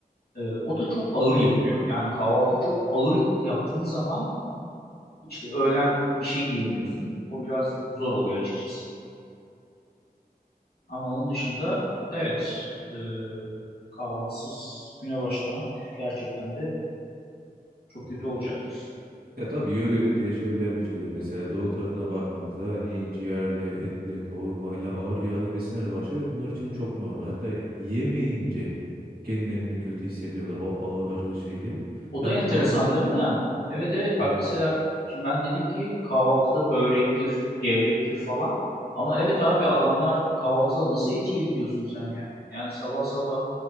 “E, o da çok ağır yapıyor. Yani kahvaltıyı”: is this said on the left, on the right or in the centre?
Left